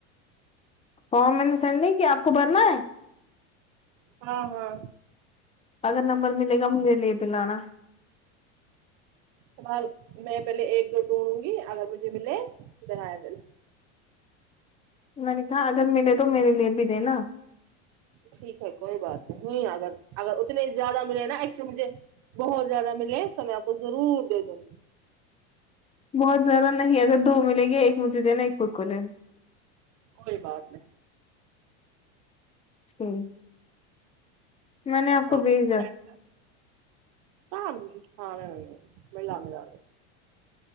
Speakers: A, on the left; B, on the right.
A: کو میں نے سنڈ نہیں کیا آپ کو بھرنا ہے
B: ہاں ہاں
A: اگر نمبر ملے گا مجھے لے پل آنا
B: فی الحال میں پہلے ایک دو ڈھونڈوں گی اگر مجھے ملے ادر بل
A: میں نے کہا اگر ملے تو میرے لیے بھی دینا
B: ٹھیک ہے کوئی بات نہیں اگر اگر اتنے زیادہ ملے نا ایک سے مجھے بہت زیادہ ملے تو میں آپ کو ضرور دے دوں
A: بہت زیادہ نہیں اگر دو ملیں گے ایک مجھے دینا ایک خود کو لینا
B: کوئی بات نہیں
A: ٹھک میں نے آپ کو
B: ہاں
A: بھیجا
B: سینڈ کر۔ ہاں ہاں ملا ملا